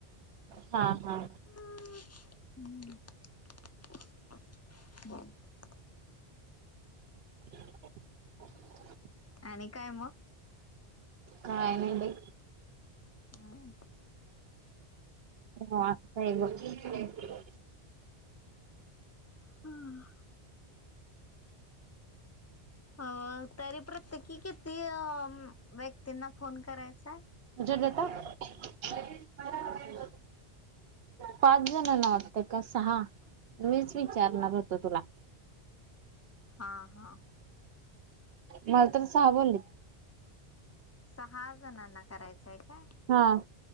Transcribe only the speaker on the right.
हा हा
<inaudible>
काय? नाही बाई
हा आता हे बघ <unintelligible>
<unintelligible>
पाच जणांना वाटतं का सहा मीच विचारणार होतो तुला.
मला तर सहा बोलेत
हां.